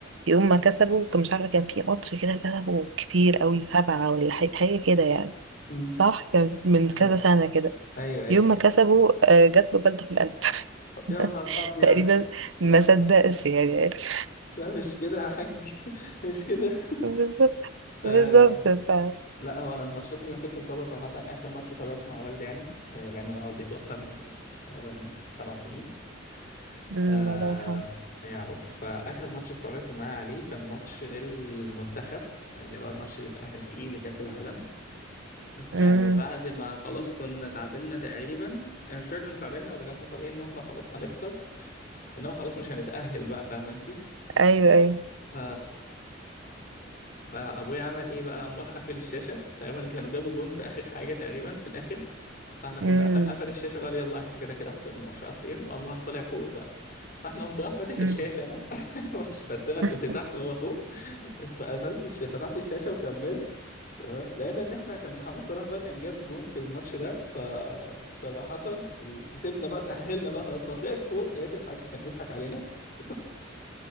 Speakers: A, on the right; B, on the left.
A: يوم ما كسبوا كان مش عارفة كان في ماتش كده كسبوا كتير قوي سبعة ولا حاجة حاجة كده يعني
B: أمم.
A: صح كان من كذا
B: أيوه
A: سنة كده
B: أيوه أيوه
A: يوم ما
B: حصل
A: كسبوا آه، جات له بلطة في القلب
B: طب يا نهار
A: <laughs>
B: أبيض
A: تقريبا
B: لا
A: ما صدقش يعني عارف
B: لا مش كده يا حاج <laughs> مش كده
A: <laughs> بالظبط
B: آه
A: بالظبط ف
B: لا هو أنا الماتشات اللي كنت متابعة صراحة آخر ماتش تابعته مع والدي يعني آه لأن أنا والدي توفى من تقريبا سبع سنين
A: أمم،
B: آه
A: الله يرحمه
B: ف- يا رب فآخر ماتش اتفرجت معاه عليه كان ماتش للمنتخب اللي هو الماتش اللي اتأهل فيه لكأس العالم
A: أمم،
B: يعني بعد ما خلاص كنا تعادلنا تقريبا انا مش فاكر كنا تعادلنا ولا كان حصل ايه ان احنا خلاص هنخسر ان هو خلاص مش هنتأهل بقى فاهمه انت
A: ايوه ايوه
B: ف... فابويا عمل ايه بقى قام راح قافل الشاشة تقريبا كانوا جابوا جون في آخر حاجة تقريبا في الآخر فاحنا كنا
A: أمم،
B: قفل, قفل الشاشه بقى يلا احنا كده كده خسرنا ومش عارف ايه وقام راح طالع فوق بقى فاحنا قمت راح فاتح الشاشه
A: أمم.
B: انا <laughs> بس انا كنت
A: <laughs>
B: تحت وهو فوق فقفلت الش... فتحت الشاشه وكملت تمام لقينا ان احنا كان محمد صلاح بقى كان جاب جون في الماتش ده فصراحه ال... كسبنا بقى تاهلنا بقى خلاص فطلعت فوق لقيت الحاج كان بيضحك علينا <laughs>